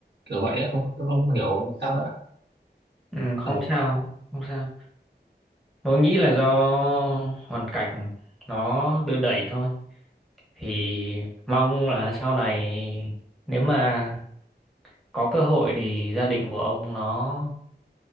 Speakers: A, on the right; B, in the centre.
A: kiểu vậy á không tôi không hiểu sao nữa
B: ừ, không
A: ừ,
B: sao không sao tôi nghĩ là do hoàn cảnh nó đưa đẩy thôi thì mong là sau này nếu mà có cơ hội thì gia đình của ông nó